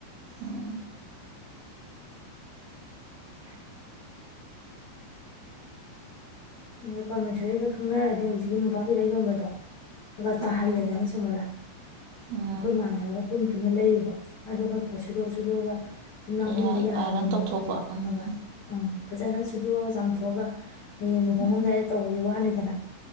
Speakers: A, on the right; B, on the left.
A: ꯎꯝ
B: <inaudible> ꯎꯝ ꯄꯔꯃꯦꯁꯣꯔꯤꯒ ꯈꯪꯅꯔꯗꯤ ꯍꯧꯖꯤꯛꯀꯤ ꯃꯣꯝꯄꯥꯛꯐꯤꯗꯛ ꯌꯣꯟꯕꯗꯣ ꯈꯔꯒ
A: ꯎꯝ
B: ꯇꯥꯍꯜꯂꯦꯗꯅ ꯁꯣꯃꯣꯂꯥ
A: ꯎꯝ
B: ꯑꯩꯈꯣꯏ ꯃꯥꯟꯅꯔꯒ ꯄꯨꯟ ꯄꯨꯟꯅ ꯂꯩꯔꯨꯕ ꯑꯗꯨ ꯈꯔꯒ ꯈꯔꯒ ꯁꯨꯗꯣꯛꯑ ꯁꯨꯗꯣꯛꯑꯒ ꯁꯨꯝ ꯂꯥꯡꯁꯤꯟꯕ
A: ꯌꯥꯏ
B: ꯌꯥꯔꯕꯅꯦꯕ
A: ꯑꯥꯏꯔꯟ ꯇꯧꯊꯣꯛꯄ
B: ꯑꯩꯈꯣꯏꯁꯦ ꯈꯪꯉꯕ꯭ꯔꯥ
A: ꯎꯝ
B: ꯎꯝ ꯐꯖꯅ ꯁꯨꯗꯣꯛꯑꯒ ꯆꯥꯝꯊꯣꯛꯑꯒ ꯍꯌꯦꯡ꯫ ꯂꯨꯍꯣꯡꯉꯝꯗ꯫
A: ꯎꯝ
B: ꯇꯧꯕꯗꯤ ꯋꯥꯅꯤꯗꯅ